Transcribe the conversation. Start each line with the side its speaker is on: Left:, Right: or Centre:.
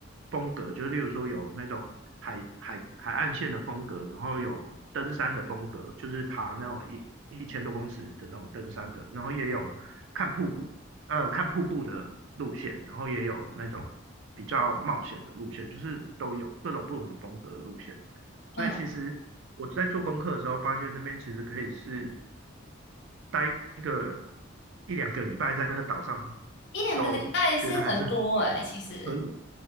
Right: 风格，就是例如说有那种海海海岸线的风格，然后有登山的风格，就是爬那种一一千多公尺的那种登山的，然后也有看瀑布呃看瀑布的路线，然后也有那种比较冒险的路线，就是都有各种不同风格的路线。所以其实我在做功课的时候，
Left: 嗯，
Right: 发现那边其实可以是待一个一两个礼拜在那个岛上，
Left: 一两个礼拜是很多诶，
Right: 都觉得还是
Left: 其实
Right: 可以